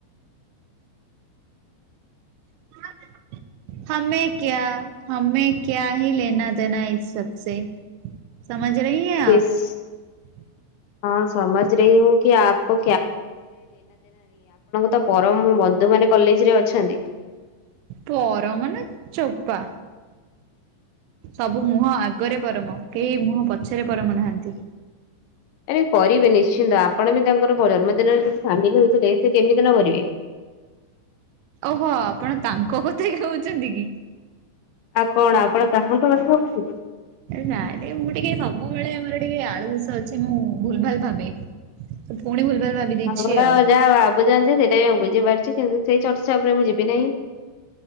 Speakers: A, on the right (about 80°); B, on the left (about 80°).
A: <unintelligible> <unintelligible> <unintelligible>
B: <unintelligible>
A: <inaudible>
B: <unintelligible> ଆପଣଙ୍କୁ ତ ପରମ ମଧୁ ମାନେ କଲେଜ ରେ ଅଛନ୍ତି।
A: ପରମ ନା ଚୋପା। ସବୁ ମୁହଁ ଆଗରେ ପରମ। କେହି ମୁହଁ ପଛରେ ପରମ ନାହାନ୍ତି।
B: ଆରେ, କରିବେ ନିଶ୍ଚିନ୍ତ। ଆପଣ ବି ତାଙ୍କର ଜନ୍ମଦିନରେ ସାମିଲ ହେଇଥିଲେ। ସେ କେମିତି ନ ମରିବେ।
A: ଓହୋ, ଆପଣ ତାଙ୍କ କଥା କହୁଛନ୍ତି କି?
B: ଆଉ କଣ, ଆପଣ କହାଙ୍କ କଥା ହଉଛୁ?
A: ଆରେ, ନାଇଁ ରେ ମୁଁ ଟିକେ ସବୁବେଳେ, ଆମର ଟିକେ ଆଳୁ ଦୋଷ ଅଛିମୁଁ ଭୁଲ-ଭାଲ୍ ଭାବେ। ତୁ ପୁଣି ଭୁଲ-ଭାଲ ଭାବି ଦେଇଛି
B: ଆପଣ
A: ଆଉ।
B: ଯାହା ଭାବୁଚନ୍ତି, ସେଇଟା ବି ମୁଁ ବୁଝିପାରୁଛି। କିନ୍ତୁ, ସେଇ ଚର୍ଚ୍ଚା ଉପରେ ମୁଁ ଯିବି ନାହିଁ।